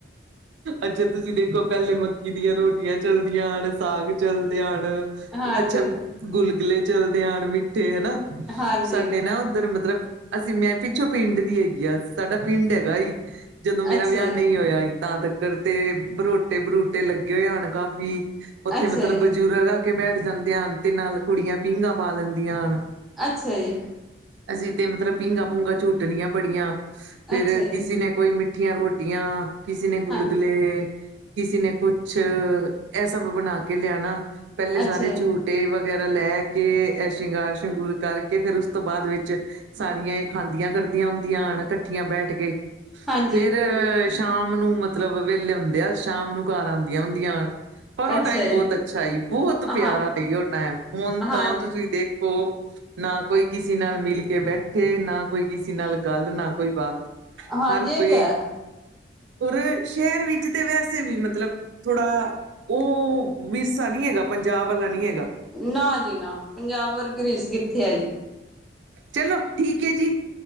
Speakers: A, on the right; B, in the centre.
A: ਅੱਛਾ ਤੁਸੀਂ ਦੇਖੋ ਪੈਲੇ ਮੱਕੀ ਦੀਆਂ ਰੋਟੀਆਂ ਚਲਦੀਆਂ ਆਣ ਸ ਸਾਗ ਚਲਦੇ ਆਣ ਅ
B: ਹਾਂਜੀ।
A: ਅੱਛਾ, ਗੁਲਗੁਲੇ ਚਲਦੇ ਆਣ ਮਿੱਠੇ ਹਨਾ।
B: ਹਾਂਜੀ,
A: ਸਾਡੇ ਨਾ ਉੱਧਰ ਮਤਲਬ ਅਸੀਂ ਮੈਂ ਪਿੱਛੋਂ ਪਿੰਡ ਦੀ ਐਗੀ ਆ, ਸਾਡਾ ਪਿੰਡ ਐਗਾ ਈ ਜਦੋਂ ਮੇਰਾ
B: ਅੱਛਾ
A: ਵਿਆਹ
B: ਜੀ,
A: ਨਹੀਂ ਹੋਈਆ ਐ। ਤਾਂ ਤੱਕਰ ਤੇ ਬਰੋਟੇ ਬਰੂਟੇ ਲੱਗੇ ਹੋਏ ਹਾਣ ਕਾਫ਼ੀ ਉੱਥੇ
B: ਅੱਛਾ
A: ਮਤਲਬ
B: ਜੀ,
A: ਬਜ਼ੁਰਗਾ ਕੇ ਬੈਠ ਜਾਂਦੇ ਹਾਣ ਤੇ ਨਾਲ ਕੁੜੀਆਂ ਪੀਂਘਾਂ ਪਾ ਲੈਂਦੀਆਂ ਹਾਣ।
B: ਅੱਛਾ ਜੀ।
A: ਅਸੀਂ ਤੇ ਮਤਲਬ ਪੀਘਾਂ ਭੂੰਗਾਂ ਝੂਟਣੀਆਂ ਬੜੀਆਂ, ਫੇਰ
B: ਅੱਛਾ ਜੀ,
A: ਕਿਸੀ ਨੇ ਕੋਈ ਮਿੱਠੀਆਂ ਰੋਟੀਆਂ, ਕਿਸੇ ਨੇ ਗੁਲਗੁਲੇ
B: ਹਾਂ,
A: ਕਿਸੇ ਨੇ ਕੁਛ ਇਹ ਸਭ ਬਣਾ ਕੇ ਲਿਆਣਾ, ਪਹਿਲੇ
B: ਅੱਛਾ
A: ਸਾਰੇ
B: ਜੀ,
A: ਝੂਟ ਝੂਟੇ ਵਗੈਰਾ ਲੈ ਕੇ ਐ ਸ਼ਿੰਗਾਰ ਸ਼ਿੰਗੂਰ ਕਰਕੇ ਫਿਰ ਉਸ ਤੋਂ ਬਾਦ ਵਿੱਚ ਸਾਰੀਆਂ ਇਹ ਖਾਂਦੀਆਂ ਕਰਦੀਆਂ ਹੁੰਦੀਆਂ ਹਨ ਇਕੱਠੀਆਂ ਬੈਠ ਕੇ।
B: ਹਾਂਜੀ,
A: ਫੇਰ ਸ਼ਾਮ ਨੂੰ ਮਤਲਬ ਵਿਹਲੇ ਹੁੰਦੇ ਆ ਸ਼ਾਮ ਨੂੰ ਘਰ ਆਦੀਆਂ ਹੁੰਦੀਆਂ ਹਨ। ਪਰ ਉਹ
B: ਅੱਛਾ
A: ਟਾਈਮ
B: ਜੀ,
A: ਬਹੁਤ ਅੱਛਾ ਈ ਬਹੁਤ
B: ਹਾਂ।
A: ਪਿਆਰਾ ਈ ਉਹ ਟਾਈਮ ਹੁਣ
B: ਹਾਂਜੀ।
A: ਤਾਂ ਤੁਸੀਂ ਦੇਖੋ ਨਾ ਕੋਈ ਕਿਸੇ ਨਾਲ ਮਿਲ ਕੇ ਬੈਠੇ ਨਾ ਕੋਈ ਕਿਸੇ ਨਾਲ ਗੱਲ ਨਾ ਕੋਈ ਬਾਤ
B: ਹਾਂਜੀ
A: ਹਰ ਕੋਈ
B: ਇਹ ਤੇ ਹੈ
A: ਔਰ ਸ਼ਹਿਰ ਵਿੱਚ ਤੇ ਵੈਸੇ ਵੀ ਮਤਲਬ ਥੋੜਾ ਉਹ ਵਿਰਸਾ ਨੀ ਹੈਗਾ ਪੰਜਾਬ ਵਾਲਾ ਨੀ ਹੈਗਾ।
B: ਨਾ ਜੀ ਨਾ ਪੰਜਾਬ ਵਰਗੀ ਰੀਸ ਕਿੱਥੇ ਆ ਜੀ।
A: ਚਲੋ ਠੀਕ ਐ ਜੀ।